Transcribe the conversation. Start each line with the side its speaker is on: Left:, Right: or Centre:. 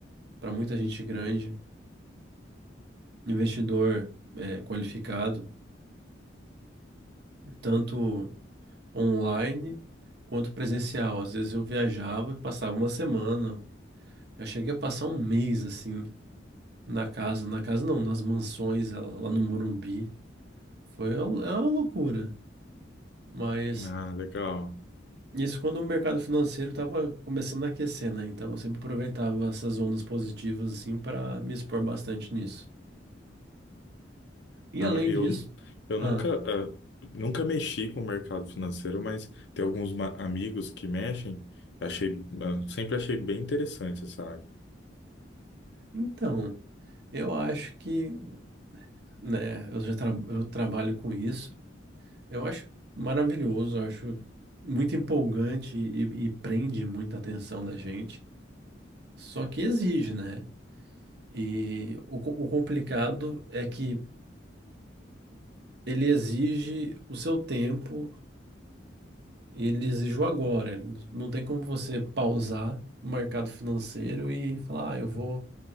Right: para muita gente grande, investidor é, qualificado, tanto online quanto presencial. Às vezes eu viajava e passava uma semana. Eu cheguei a passar um mês assim na casa, na casa não, nas mansões lá lá no Morumbi. Foi uma- é uma loucura, mas
Left: Ah, legal.
Right: isso quando o mercado financeiro estava começando a aquecer, né? Então eu sempre aproveitava essas ondas positivas assim para me expor bastante nisso. E
Left: Ah,
Right: além
Left: mas eu,
Right: disso,
Left: eu
Right: ah,
Left: nunca, ah, nunca mexi com o mercado financeiro, mas tem alguns ma- amigos que mexem. Achei, ah, sempre achei bem interessante essa área.
Right: então, eu acho que né? Eu já tra- eu trabalho com isso. Eu acho maravilhoso, eu acho muito empolgante e, e prende muita atenção da gente. Só que exige, né? E o, co- o complicado é que ele exige o seu tempo, e ele exige o agora. Não tem como você pausar o mercado financeiro e falar, ah, eu vou